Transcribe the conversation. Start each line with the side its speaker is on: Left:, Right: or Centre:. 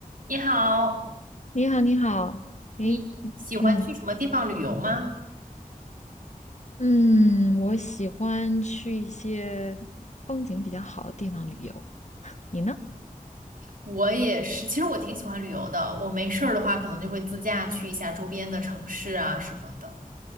Right: 你好，
Left: 你好，你好，诶，
Right: 你喜欢去什么地方旅游吗？
Left: 嗯嗯，我喜欢去一些风景比较好的地方旅游。你呢？
Right: 我也是，其实我挺喜欢旅游的。我没事儿的话，可能就会自驾去一下周边的城市啊什么的。